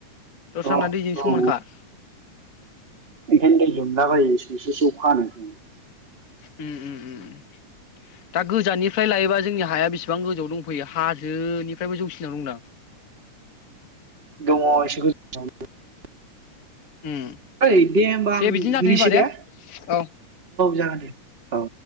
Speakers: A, on the left; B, on the right.
A: दस्राना
B: अ औ
A: दैजों
B: औ
A: समानखा।
B: ओंखायनो दै लोमला बायोसो एसे एसे अखा हानायफ्रावनो।
A: उम उम उम उम।
B: <inaudible>
A: दा गोजाननिफ्राय लायोबा जोंनि हाया बेसेबां गोजौ दंफैयो हाजोनिफ्रायबो जौसिनाव दंदां?
B: दङ एसे <unintelligible> ओइ
A: उम
B: दे होमबा आं
A: बिदिनो
B: दुगैनोसै
A: जाथों होनबा
B: दे औ
A: औ
B: जागोन दे। औ